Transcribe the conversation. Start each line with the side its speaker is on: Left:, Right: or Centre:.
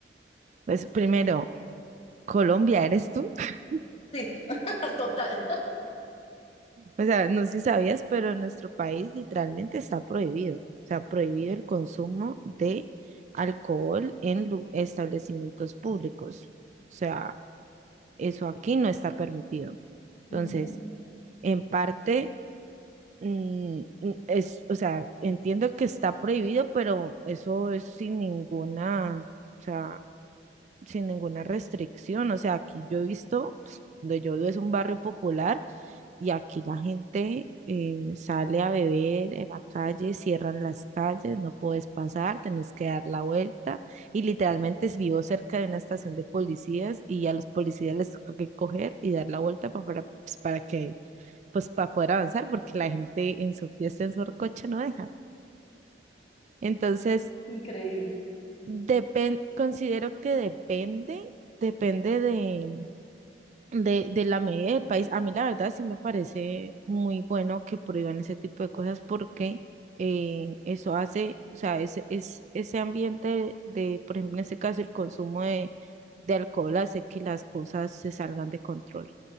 Right: Pues primero, Colombia, ¿eres tú? <laughs>
Left: Sí, <laughs> total.
Right: O sea, no sé si sabías, pero en nuestro país literalmente está prohibido. O sea, prohibido el consumo de alcohol en lu- establecimientos públicos. O sea, eso aquí no está permitido.
Left: Ujú.
Right: Entonces, en parte, mm, mm, es, o sea, entiendo que está prohibido, pero eso es sin ninguna, o sea, sin ninguna restricción. O sea, aquí yo he visto, pues, donde yo vivo es un barrio popular. Y aquí la gente eh, sale a beber en la calle, cierran las calles, no puedes pasar, tenés que dar la vuelta. Y literalmente es- vivo cerca de una estación de policías y a los policías les toca que coger y dar la vuelta pa- para, pues, para que, pues, para poder avanzar, porque la gente en su fiesta, en su recocha no deja. Entonces,
Left: Increíble.
Right: depen- considero que depende, depende de de, de la medida del país. A mí la verdad sí me parece muy bueno que prohíban ese tipo de cosas porque eh, eso hace, o sea, ese, es, ese ambiente de, por ejemplo, en este caso el consumo de, de alcohol hace que las cosas se salgan de control.